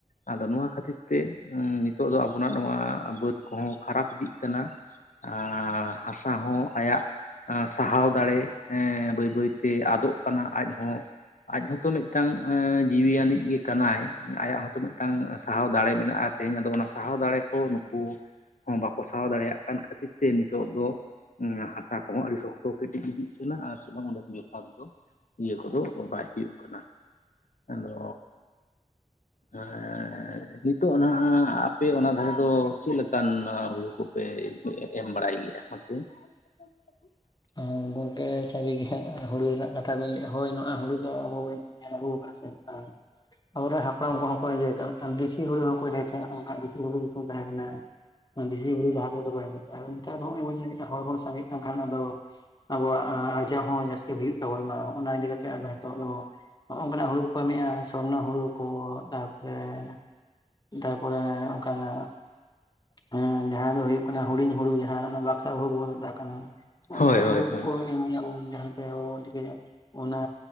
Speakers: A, on the left; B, on the left.
A: ᱟᱫᱚ ᱱᱚᱣᱟ ᱠᱷᱟᱹᱛᱤᱨ ᱛᱮ ᱱᱤᱛᱚᱜ ᱫᱚ ᱟᱵᱚᱱᱟᱜ ᱱᱚᱣᱟ ᱵᱟᱹᱫᱽ ᱠᱚ ᱦᱚᱸ ᱠᱷᱟᱨᱟᱯ ᱤᱫᱤᱜ ᱠᱟᱱᱟ ᱟᱨ ᱦᱟᱥᱟ ᱦᱚᱸ ᱟᱭᱟᱜ ᱟ ᱥᱟᱦᱟᱣ ᱫᱟᱲᱮ ᱵᱟᱹᱭ ᱵᱟᱹᱭ ᱛᱮ ᱟᱫᱚᱜ ᱠᱟᱱᱟ ᱟᱡ ᱦᱚᱸ ᱟᱡ ᱦᱚᱸ ᱛᱚ ᱢᱤᱫᱴᱟᱝ ᱟᱺ.. ᱡᱤᱣᱤ ᱟᱱᱤᱡ ᱜᱮ ᱠᱟᱱᱟᱭ ᱟᱭᱟᱜ ᱦᱚᱸᱛᱚ ᱢᱤᱫᱴᱟᱝ ᱥᱟᱦᱟᱣ ᱫᱟᱲᱮ ᱢᱮᱱᱟᱜᱼᱟ, ᱛᱮᱦᱮᱧ ᱟᱫᱚ ᱚᱱᱟ ᱥᱟᱦᱟᱣ ᱫᱟᱲᱮ ᱠᱚ ᱱᱩᱠᱩ ᱦᱚᱸ ᱵᱟᱠᱚ ᱥᱟᱦᱟᱣ ᱫᱟᱲᱮᱭᱟᱜ ᱠᱟᱱ ᱠᱷᱟᱹᱛᱤᱨ ᱛᱮ ᱱᱤᱛᱚᱜ ᱫᱚ ᱦᱩᱸ ᱦᱟᱥᱟ ᱠᱚᱦᱚᱸ ᱟᱹᱰᱤ ᱥᱚᱠᱛᱚ ᱠᱮᱴᱮᱡ ᱤᱫᱤᱜ ᱠᱟᱱᱟ ᱟᱨ <unintelligible> <unintelligible> ᱡᱚᱛᱷᱟᱛ ᱫᱚ, ᱤᱭᱟᱹ ᱠᱚᱫᱚ ᱵᱟᱭ ᱦᱩᱭᱩᱜ ᱠᱟᱱᱟ ᱟᱫᱚ ᱦᱮᱸ ᱱᱤᱛᱚᱜ ᱱᱟᱦᱟᱜ ᱟᱯᱮ ᱚᱱᱟ ᱫᱷᱟᱨᱮ ᱫᱚ ᱪᱮᱫ ᱞᱮᱠᱟᱱ ᱦᱩᱲᱩ ᱠᱚᱯᱮ ᱮᱢ ᱵᱟᱲᱟᱭ ᱜᱮᱭᱟ? ᱯᱷᱟᱥᱮ, <inaudible> <inaudible>
B: ᱮᱸ ᱜᱚᱝᱠᱮ ᱥᱟᱹᱨᱤᱜᱮ ᱦᱟᱸᱜ ᱦᱩᱲᱩ ᱨᱮᱱᱟᱜ ᱠᱟᱛᱷᱟ ᱵᱤᱱ ᱞᱟᱹᱭ ᱮᱫ-ᱟ ᱦᱳᱭ ᱱᱚᱼᱟ ᱦᱩᱲᱩ ᱫᱚ ᱟᱵ ᱵᱤᱱ, ᱧᱮᱞ ᱟᱹᱜᱩ ᱠᱟᱜ-ᱟ ᱥᱮ ᱚᱱᱠᱟ, ᱟᱵᱚᱨᱮᱱ ᱦᱟᱯᱲᱟᱢ ᱠᱚᱦᱚᱸ ᱠᱚ ᱤᱭᱟᱹᱭᱮᱫ ᱛᱟᱦᱮᱸᱫ ᱫᱮᱥᱤ ᱦᱩᱲᱩ ᱦᱚᱸᱠᱚ ᱤᱫᱤ ᱛᱟᱦᱮᱫ ᱱᱚᱜ-ᱚ ᱱᱚᱝᱠᱟ ᱫᱮᱥᱤ ᱦᱩᱲᱩ ᱧᱩᱛᱩᱢ ᱛᱟᱦᱮᱸ ᱠᱟᱱᱟ, ᱵᱟᱝ ᱫᱮᱥᱤ ᱦᱩᱲᱩ ᱞᱟᱦᱟᱛᱮ ᱫᱚ ᱵᱟᱝ ᱟᱫᱚ ᱱᱮᱛᱟᱨ ᱫᱚ ᱱᱚᱜ-ᱚᱭ ᱵᱚᱱ ᱧᱮᱞᱮᱜᱼᱟ ᱦᱚᱲ ᱵᱚᱱ ᱥᱟᱸᱜᱮ ᱠᱟᱱ ᱠᱷᱟᱱ ᱟᱫᱚ ᱟᱵᱚᱣᱟᱜ ᱟᱨᱡᱟᱣ ᱦᱚᱸ ᱡᱟᱹᱥᱛᱤ ᱦᱩᱭᱩᱜ ᱛᱟᱵᱚᱱ ᱢᱟ ᱚᱱᱟ ᱤᱫᱤ ᱠᱟᱛᱮ ᱟᱫᱚ ᱦᱚᱭᱛᱚ ᱟᱫᱚ ᱱᱚᱜ-ᱚ ᱱᱚᱝᱠᱟ ᱱᱟᱜ ᱦᱩᱲᱩ ᱠᱚ ᱠᱟᱹᱢᱤ ᱮᱫᱼᱟ ᱥᱚᱨᱱᱚ ᱦᱩᱲᱩ ᱠᱚ ᱛᱟᱯᱚᱨᱮ ᱛᱟᱨᱯᱚᱨᱮ ᱚᱱᱠᱟᱱᱟᱜ, ᱦᱮᱸ ᱡᱟᱦᱟᱸ ᱫᱚ ᱦᱩᱭᱩᱜ ᱠᱟᱱᱟ ᱦᱩᱰᱤᱧ ᱦᱩᱲᱩ ᱡᱟᱦᱟᱸ ᱚᱱᱟ ᱵᱟᱠᱥᱟ ᱦᱳᱲᱳ ᱵᱚᱱ ᱢᱮᱛᱟᱜ ᱠᱟᱱᱟ, ᱱᱚᱜ-ᱚ
A: ᱦᱳᱭ
B: ᱚᱱᱠᱟ ᱱᱟᱜ
A: ᱦᱳᱭ
B: ᱦᱩᱲ
A: ᱦᱳᱭ
B: ᱠᱚᱠᱚ ᱮᱢᱮᱜ ᱟᱵᱚᱱ ᱡᱟᱦᱟᱸᱫ ᱛᱮ ᱨᱚ ᱵᱚᱱ ᱛᱤᱠᱟᱹᱭᱟ ᱚᱱᱟ